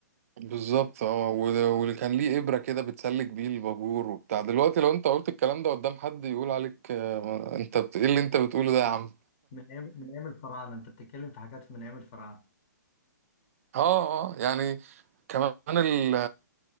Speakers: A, on the right; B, on the left.
A: بالظبط اه و- واللي كان ليه إبرة كده بتسلك بيه الباجور وبتاع دلوقتي لو انت قلت الكلام ده قدام حد يقول عليك آه ما- انت بت... ايه اللي انت بتقوله ده يا عم
B: من ايام من ايام الفراعنه انت بتتكلم في حاجات من ايام الفراعنه
A: اه اه يعني كمان ال